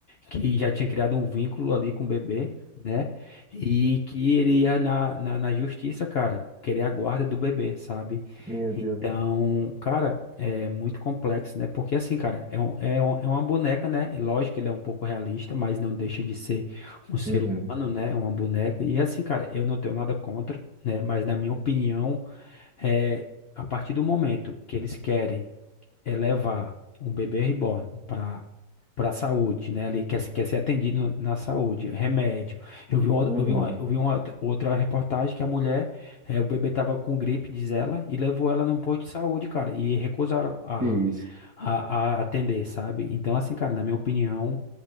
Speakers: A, on the left (about 70°); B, in the centre.
A: que já tinha criado um vínculo ali com o bebê, né? E que ele ia na, na, na justiça, cara, querer a guarda do bebê, sabe?
B: meu Deus.
A: Então, cara, é muito complexo, né? Porque assim, cara, é, um, é, um- é uma boneca, né? E Lógico que ele é um pouco realista, mas não deixa de ser um ser
B: Uhum,
A: humano, né? Uma boneca. E assim, cara, eu não tenho nada contra, né? Mas na minha opinião, é, a partir do momento que eles querem é levar um bebê reborn para para a saúde, né? Ali quer, se- quer ser atendido na saúde, remédio. Eu vi, uma,
B: uhum.
A: eu vi, uma, eu vi uma outra reportagem que a mulher, eh, o bebê tava com gripe, diz ela, e levou ela num posto de saúde, cara, e recusaram a,
B: Que isso.
A: a, a atender, sabe? Então, assim, cara, na minha opinião.